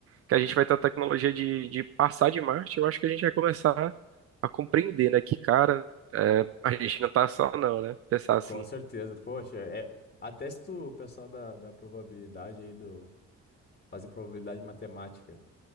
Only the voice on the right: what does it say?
que a gente vai ter a tecnologia de, de passar de Marte, eu acho que a gente vai começar a compreender, né? Que, cara, é, a gente não tá só, não, né? Pensar assim.